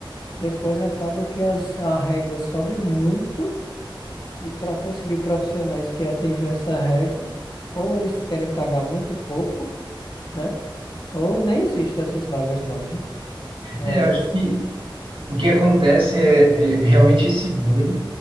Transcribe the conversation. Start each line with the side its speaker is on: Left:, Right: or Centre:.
Left: depois acaba que as, a régua sobe muito, e para conseguir profissionais que atinjam essa régua, ou eles querem pagar muito pouco, né? Ou nem existem essas vagas mais, né? É
Right: É, eu acho
Left: esse.
Right: que O que acontece é, é realmente esse boom,